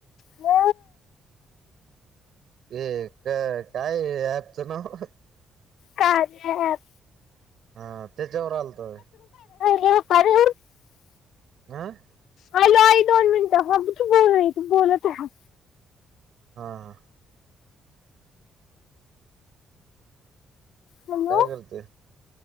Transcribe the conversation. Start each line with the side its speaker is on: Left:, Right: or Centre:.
Left: हो
Right: ये का टाय ऍपचं नाव?
Left: कार्य ॲप
Right: हा त्याच्यावर आलतो वय
Left: <unintelligible>
Right: हा आ
Left: हॅलो, आई दोन मिनटं ह तू बोल आई तू बोलत रहा.
Right: हा आ
Left: हॅलो
Right: काय करते.